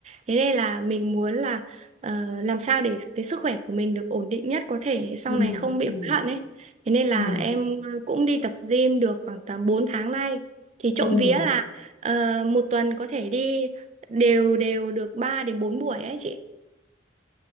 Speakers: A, on the right (about 35°); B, on the left (about 80°).
A: Thế nên là mình muốn là ờ, làm sao để cái sức khỏe của mình được ổn định nhất có thể sau
B: ừm,
A: này không bị
B: ừm,
A: hối hận ấy. Thế nên là
B: ừm,
A: em ờ, cũng đi tập gym được khoảng tầm 4 tháng nay. Thì
B: ừm,
A: trộm vía là ờ, một tuần có thể đi đều đều được 3 đến 4 buổi ấy chị